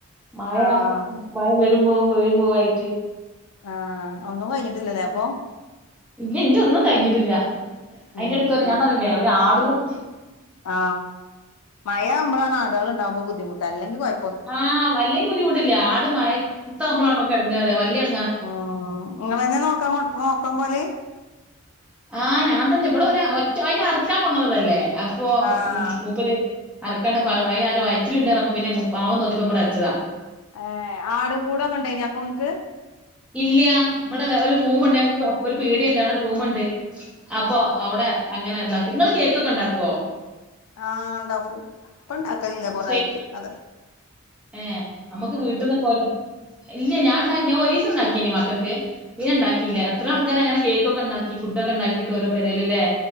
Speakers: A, in the centre; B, on the left.
A: മഴ
B: ആഹ്
A: മഴ വരും പോ വരും പോവായിട്ട്
B: ആഹ ഒന്നും കഴിഞ്ഞിട്ടില്ലല്ലേ അപ്പൊ
A: ഇല്ല ഇന്റെ ഒന്നും കഴിഞ്ഞിട്ടില്ല അയിന്റെ
B: ഉ
A: ഇടക്ക് ഒരു ഞാൻ പറഞ്ഞില്ലേ ഒരു ആടും
B: ആ മയാവുമ്പളാണ് ആള് <unintelligible> ണ്ടാവ്മ്പ ബുദ്ധിമുട്ട അല്ലങ്കി കോഴ
A: ആ വല്ല്യബുദ്ധമുട്ടില്ല് ആട് മയേത്താവുമ്പൊളാണ് മ്മക്ക് എടങ്ങേറ് വല്ല്യെട
B: ആ ങ്ങളെന്നെ നോക്കാ നോക്കാൻ പോല്
A: ആ ഞാൻ തന്നെ ഇവിടെ ഒരു ഒറ്റ അയിന് അറക്കാൻ കൊണ്ടന്നതല്ലേ അപ്പൊ
B: ആഹ്
A: മൂപ്പര് അറക്കണ്ടപ്പ അയിനാരൊ വയറ്റിലുണ്ട് പറഞ്ഞപ്പോ പിന്നെ മൂ പാവം തോന്നീപ്പം മ്പടെച്ചതാ
B: ഏ ആടും കൂടൊക്കെണ്ടേന്യ അപ്പൊ ങ്ങക്ക്
A: ഇല്ല ഇവിടെ ഒരു റൂമുണ്ട്ങ്ങക്ക് ഒരു പിടിയഡ് അവിടെ റൂമുണ്ട് അപ്പൊ
B: ഏ
A: അവിടെ അങ്ങനെ താക്കി ഇങ്ങള് കേക്കൊക്കെണ്ടാക്കോ
B: ആഹ ഉണ്ടാക്കൂ ഇപ്പ ഇണ്ടാക്കലില്ല കൊറായിട്ട്
A: സേ-
B: അത
A: ഏ അമ്മക്ക് വീട്ടന്ന്പ്പൊരോന്ന് ഇല്ല്യ ഞാൻ ഉണ്ടാക്കി ഞ ഒരീസണ്ടാക്കീനി മക്കക്ക് പിന്നെ ഉണ്ടാക്കില്ല എത്ര ആൾക്കാരാങ്ങനെ കേക്കൊക്കെ ഉണ്ടാക്കി ഫുഡ്ക്കെ ഉണ്ടാക്കിട്ട് ഓരോ പെരേല് ല്ലേ